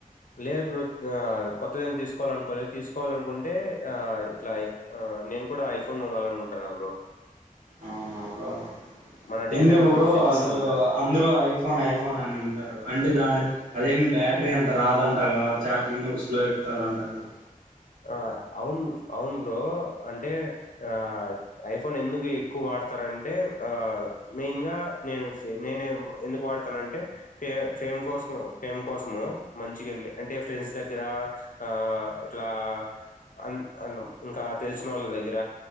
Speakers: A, on the left; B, on the right.
A: లేదు బ్రోఆ కొత్తద ఏం తీసుకోవాలనుకోవాలి తీసుకోవాలనుకుంటే ఆ ఇట్లా అ నేను కూడా ఐఫోన్ కొనాలనుకుంటగా బ్రో
B: అవున బ్రో
A: మన డేటా
B: ఎందుకు బ్రో
A: సెక్యూర్గా
B: అసలు
A: ఉంటది
B: అందరు ఐఫోన్ ఐఫోన్ అని ఉంటారు అంటే దాని అదేం బ్యాటరీ అంత రాదంట గా అంతగా చార్జింగ్ కూడా స్లో ఎక్కుతుంది అంటగా
A: ఆ అవును అవును బ్రో అంటే ఆ ఐఫోన్ ఎందుకు ఎక్కువ వాడతారంటే ఆ మెయిన్ గా నేను నేను ఎందుకు వాడతానంటే ఫ ఫేమ్ కోసం ఫేమ్ కోసము మంచిగాలే అంటే ఫ్రెండ్స్ దగ్గర ఆ ఇట్లా ఆన్ అన్ ఇంకా తెలిసిన వాళ్ళ దగ్గర